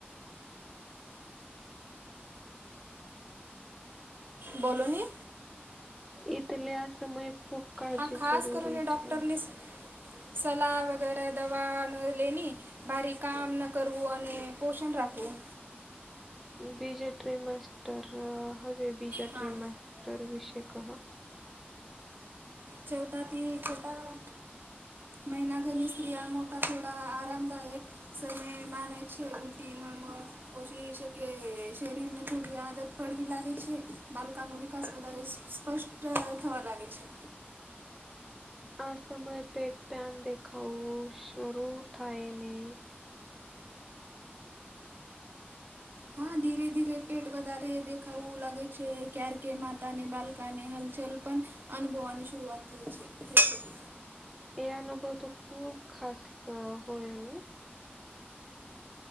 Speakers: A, on the right; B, in the centre.
A: બોલો ની.
B: એટલે આ સમયે ખુબ કાળજી
A: હા ખાસ
B: જરૂરી
A: કરીને ડૉક્ટરની
B: છે.
A: સલાહ વગેર દવા ન લેની બારી કામ ન કરવું અને પોષણ રાખવું.
B: બીજા ટ્રી માસ્ટર હવે બીજા ટ્રી
A: હા
B: માસ્ટર વિશે કહા.
A: ચથાથી છોટા મહિના ઘરની સ્ત્રીિયા મોટા થોડા આરામદાયક સમય માના છે ઉલટી <unintelligible> ઓછી શકે શરીર ને થોડી આદત પડવી લાગે છે બાલકા નો નિકાસ વધારે સ સ્પષ્ટ થવા લાગે છે.
B: આ સમયે પેટન દેખાવું શરૂ થાય ને
A: હા ધીરે ધીરે પેટ વધારે દેખાવવું લાગે છે કારકે માતા ને બાલકા ને હલચલ પણ અનુભવવાની શરૂઆત થઈ છે થકી શકે.
B: એ અનુભવ તો ખુબ ખાસ હોય અને